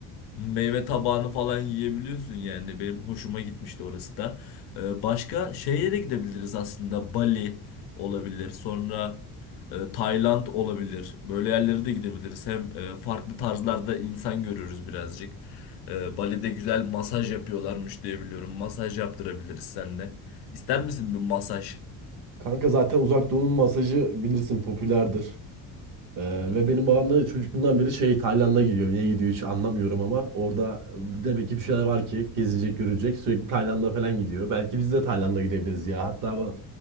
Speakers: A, on the left (about 75°); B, on the right (about 55°).
A: Meyve tabağını falan yiyebiliyorsun yani. Benim hoşuma gitmişti orası da. Ee, başka şeye de gidebiliriz aslında. Bali olabilir. Sonra e, Tayland olabilir. Böyle yerlere de gidebiliriz. Hem e, farklı tarzlarda insan görürüz birazcık. Ee, Bali'de güzel masaj yapıyorlarmış diye biliyorum. Masaj yaptırabiliriz seninle. İster misin bir masaj?
B: Kanka zaten Uzak Doğu'nun masajı bilirsin popülerdir. Ee,
A: <laughs>
B: ve benim babam da çocukluğundan beri şey Tayland'a gidiyor. Niye gidiyor hiç anlamıyorum ama orada demek ki bir şeyler var ki gezilecek, görecek. Sürekli Tayland'a falan gidiyor. Belki biz de Tayland'a gidebiliriz ya. Hatta ama